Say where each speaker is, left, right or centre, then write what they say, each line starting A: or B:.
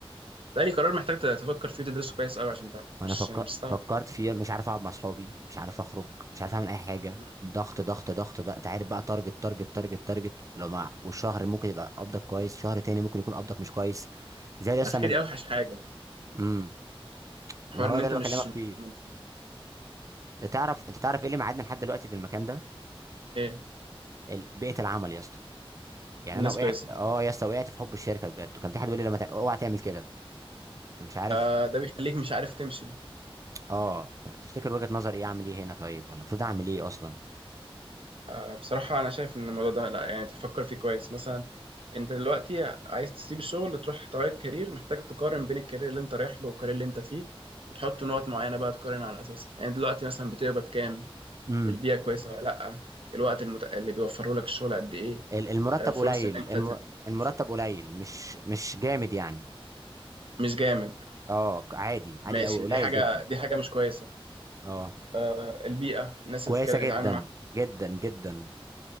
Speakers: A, on the right; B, on the right.
A: ده لي قرار محتاج تفكر فيه تدرسه كويس قوي عشان ده مش
B: انا فك...
A: مش سهل
B: فكرت
A: خالص
B: فيها مش عارف اقعد مع اصحابي مش عارف اخرج مش عارف اعمل اي حاجه
A: مم.
B: ضغط ضغط ضغط ده انت عارف بقى تارجت تارجت تارجت تارجت لو مع والشهر ممكن يبقى قبضك كويس شهر تاني ممكن يكون قبضك مش كويس زي اصلا
A: على فكره
B: انا
A: دي اوحش حاجه
B: امم
A: الحوار
B: ما هو
A: ان
B: ده
A: انت
B: اللي
A: مش
B: بكلمك فيه
A: مش-
B: انت تعرف انت تعرف ايه اللي معادنا لحد دلوقتي في المكان ده
A: ايه
B: ال- بيئه العمل يا اسطى يعني
A: الناس
B: انا وقعت
A: كويسه.
B: اه يا اسطى وقعت في حب الشركه بجد وكان في حد بيقول لي لما تع- اوعى تعمل كده مش عارف
A: آه ده بيخليك مش عارف تمشي،
B: اه تفتكر وجهه نظري ايه اعمل ايه هنا طيب ولا المفروض اعمل ايه اصلا
A: آه، بصراحة أنا شايف إن الموضوع ده لأ يعني تفكر فيه كويس مثلا أنت دلوقتي عايز تسيب الشغل تروح تغير كارير محتاج تقارن بين الكارير اللي أنت رايح له والكارير اللي أنت فيه وتحط نقط معينة بقى تقارن على أساسها يعني دلوقتي مثلا بتقبض كام
B: امم.
A: البيئة كويسة ولا لأ الوقت المت... اللي بيوفره لك الشغل قد إيه
B: ال- المرتب
A: آه، فرص
B: قليل
A: إن أنت
B: الم...
A: تت...
B: المرتب
A: ف-
B: قليل مش مش جامد يعني
A: مش جامد
B: اه عادي عادي
A: ماشي
B: او قليل
A: دي حاجة
B: جدا
A: دي حاجة مش كويسة
B: اه
A: آه، البيئة الناس
B: كويسه
A: اللي بتتكلم-
B: جدا
A: بتتعامل معاها
B: جدا جدا